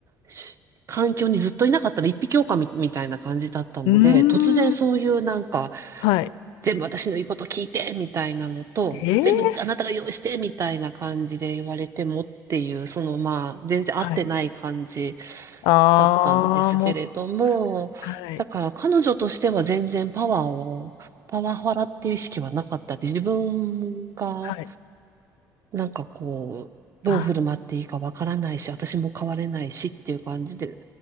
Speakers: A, on the right (about 40°); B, on the left (about 80°).
A: し環境にずっといなかったら一匹狼みみたいな感じだったので、
B: うー
A: 突然そういうなんか、
B: ん。はい。
A: 全部私の言うこと聞いてみたいなのと、
B: えー
A: 全部あなたが用意してみたいな感じで言われてもっていう、そのまあ、全然合ってない感じ。
B: はい。ああ、
A: だったんですけれども、
B: もっはいない。
A: だから彼女としては全然パワーを、パワハラっていう意識はなかったで、自分が
B: はい。
A: なんかこう、どう振る舞っていいかわからないし、
B: あ、
A: 私も変われないしっていう感じで、